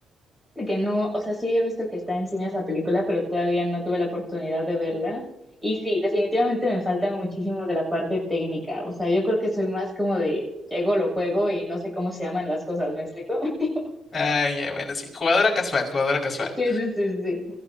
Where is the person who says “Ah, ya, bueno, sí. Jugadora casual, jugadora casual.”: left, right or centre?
Left